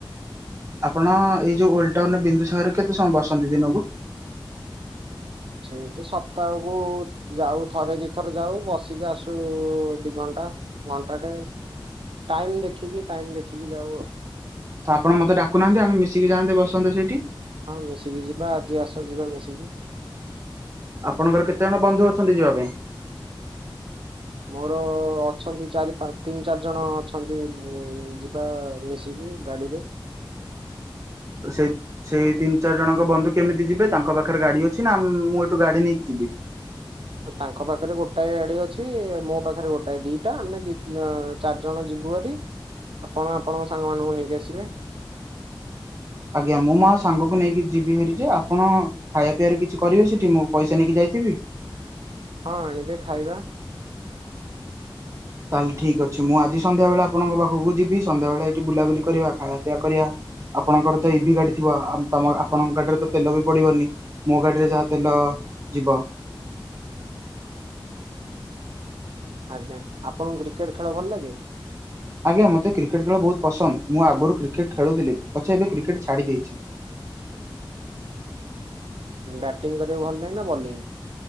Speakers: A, on the right; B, on the right.
A: ଆପଣ ଏଇ ଯୋଉ ଓଲ୍ଡ ଟାଉନ ବିନ୍ଦୁସାଗରରେ କେତେ ସମୟ ବସନ୍ତି ଦିନକୁ?
B: ସେମିତି ସପ୍ତାହକୁ ଯାଉ ଥରେ ଦିଥର ଯାଉ ବସିକି ଆସୁ। ଦି ଘଣ୍ଟା ଘଣ୍ଟାଟେ ଟାଇମ୍ ଦେଖିକି ଟାଇମ୍ ଦେଖିକି ଯାଉ ଆଉ।
A: ତ ଆପଣ ମତେ ଡାକୁ ନାହାନ୍ତି ଆମେ ମିଶିକି ଯାଆନ୍ତେ ବସନ୍ତେ ସେଇଠି।
B: ହଁ ମିଶିକି ଯିବା ଆଜି ଆସନ୍ତୁ ଯିବା ମିଶିକି।
A: ଆପଣଙ୍କର କେତେ ଜଣ ବନ୍ଧୁ ଅଛନ୍ତି ଯିବା ପାଇଁ।
B: ମୋର ଅଛନ୍ତି ଚାରି ପା ତିନି ଚାରି ଜଣ ଅଛନ୍ତି ଯିବା ମିଶି କି ଗାଡିରେ।
A: <inaudible> ସେ ସେଇ ତିନି ଚାରି ଜଣଙ୍କ ବନ୍ଧୁ କେମିତି ଯିବେ। ତାଙ୍କ ପାଖରେ ଗାଡି ଅଛି ନା ମୁଁ ଏଠୁ ଗାଡି ନେଇକି ଯିବି। ବି।
B: ତାଙ୍କ ପାଖରେ ଗୋଟାଏ ଗାଡି ଅଛି। ମୋ ପାଖରେ ଗୋଟାଏ ଦିଟା ଆମେ ଚାରି ଜଣ ଯିବା। ଯିବୁ ହାରି। ଆପଣ ଆପଣଙ୍କ ସାଙ୍ଗ ମାନଙ୍କୁ ନେଇକି ଆସିବେ।
A: ଆଜ୍ଞା ମୁଁ ମା ସାଙ୍ଗକୁ ନେଇକି ଯିବି ହେରି ଯେ ଆପଣ ଖାଇବା ପିଇବାରେ କିଛି କରିବେ ସେଠି। ମୁଁ ପଇସା ନେଇକି ଯାଇ ଥିବି।
B: ହଁ ଆଣିବେ ଖାଇବା।
A: ତାହେଲେ ଠିକ୍ ଅଛି। ମୁଁ ଆଜି ସନ୍ଧ୍ୟା ବବେଳେ ଆପଣଙ୍କ ପାଖକୁ ଯିବି। ସନ୍ଧ୍ୟାବେଳେ ଏଇଠି ବୁଲାବୁଲି କରିବା ଖାଇବା ପିଆ କରିବା। ଆପଣଙ୍କର ତ ଏଇ ବି ଗାଡି ଥିବ। ତମ ଆପଣଙ୍କ ଗାଡିରେ ତ ତେଲ ବି ପଡିବନି। ମୋ ଗାଡିରେ ଯାହା ତେଲ ଯିବ।
B: ଆଜ୍ଞା ଆପଣଙ୍କୁ କ୍ରିକେଟ୍ ଖେଳ ଭଲ ଲାଗେ।
A: ଆଜ୍ଞା ମତେ କ୍ରିକେଟ୍ ଖେଳ ବହୁତ ପସନ୍ଦ। ମୁଁ ଆଗରୁ କ୍ରିକେଟ୍ ଖେଳୁଥିଲି। ପଛେ ଏବେ କ୍ରିକେଟ୍ ଛାଡି ଦେଇଛି। <inaudible>
B: ବ୍ୟାଟିଂ କରିବା ଭଲ। ଲାଗେ ନା ବୋଲିଂ?